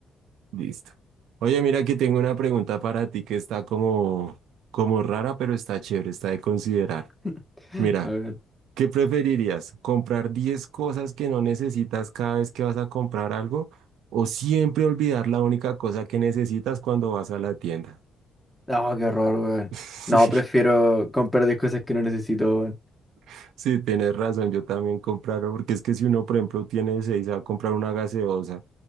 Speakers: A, on the right (about 85°); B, in the centre.
A: Listo. Oye, mira que tengo una pregunta para ti que está como, como rara, pero está chévere, está de considerar.
B: <laughs>
A: Mira.
B: A ver.
A: ¿Qué preferirías? ¿Comprar 10 cosas que no necesitas cada vez que vas a comprar algo? ¿O siempre olvidar la única cosa que necesitas cuando vas a la tienda?
B: No, qué horror, weón.
A: <laughs>
B: No, prefiero comprar 10 cosas que no necesito, weón.
A: Sí, sí, tienes razón, yo también compraro, porque es que si uno, por ejemplo, tiene seis, va a comprar una gaseosa